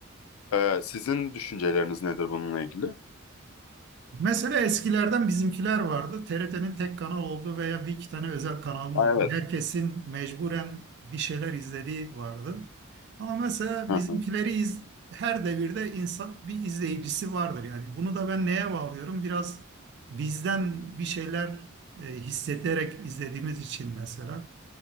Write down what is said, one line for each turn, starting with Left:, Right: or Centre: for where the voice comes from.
Left: E, sizin düşünceleriniz nedir bununla ilgili?
Right: Mesela eskilerden bizimkiler vardı. TRT'nin tek kanal olduğu veya bir iki tane özel kanalın
Left: Aa,
Right: olduğu.
Left: Evet.
Right: Herkesin mecburen bir şeyler izlediği vardı. Ama mesela
Left: Hı
Right: bizimkileri
Left: hı,
Right: iz- her devirde insan bir izleyicisi vardır yani. Bunu da ben neye bağlıyorum? Biraz bizden bir şeyler e, hissederek izlediğimiz için mesela.